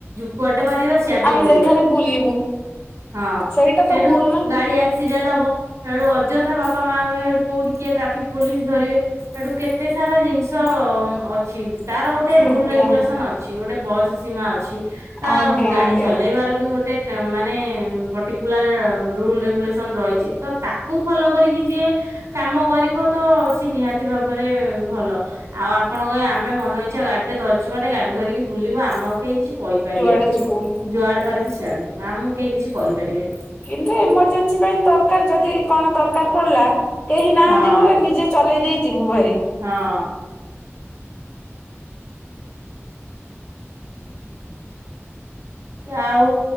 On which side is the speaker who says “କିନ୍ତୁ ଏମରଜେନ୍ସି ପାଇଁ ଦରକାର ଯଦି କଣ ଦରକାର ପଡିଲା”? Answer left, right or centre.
Left